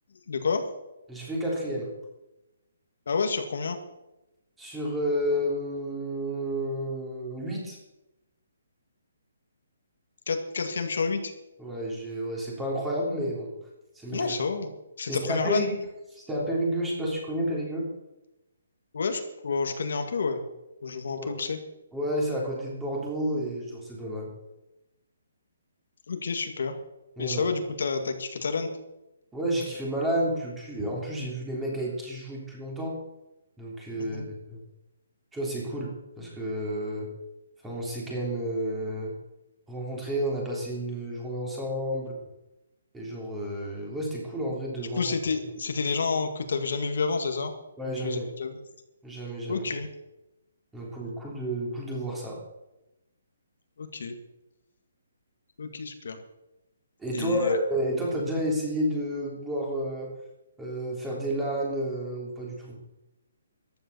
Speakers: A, on the left; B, in the centre.
A: de quoi?
B: J'ai fait quatrième.
A: Ah ouais, sur combien?
B: Sur euh, huit
A: quatre quatrième sur huit
B: Ouais, j'ai- ouais, c'est pas incroyable, mais bon, c'est mieux
A: Non,
B: que
A: ça va. C'est
B: Et
A: ta
B: c'était
A: première
B: à Périgueux.
A: re LAN?
B: C'était à Périgueux, je sais pas si tu connais Périgueux.
A: Ouais, je co je connais un peu, ouais. Je vois
B: Ouais,
A: un peu où c'est.
B: Ouais, c'est à côté de Bordeaux et genre c'est pas mal.
A: OK, super.
B: Voilà.
A: Et ça va, du coup, t'as t'as tu as kiffé ta LAN?
B: Ouais, j'ai kiffé Malan, puis, puis- en plus j'ai vu les mecs avec qui je jouais depuis longtemps. Donc euh,
A: Mhm.
B: tu vois, c'est cool parce que enfin on s'est quand même euh, rencontrés, on a passé une journée ensemble et genre euh, ouais, c'était cool en vrai de
A: Et du
B: rencontrer.
A: coup, c'était c'était des gens que t'avais jamais vus avant, c'est ça?
B: Ouais,
A: Ou
B: jamais,
A: tu les avais déjà vus?
B: jamais, jamais.
A: Ok,
B: Donc ouais, cool de cool de voir ça.
A: ok, ok, super.
B: Et
A: Et
B: toi,
A: euh,
B: euh, et toi, t'as déjà essayé de vouloir euh, euh, faire des LAN euh, ou pas du tout?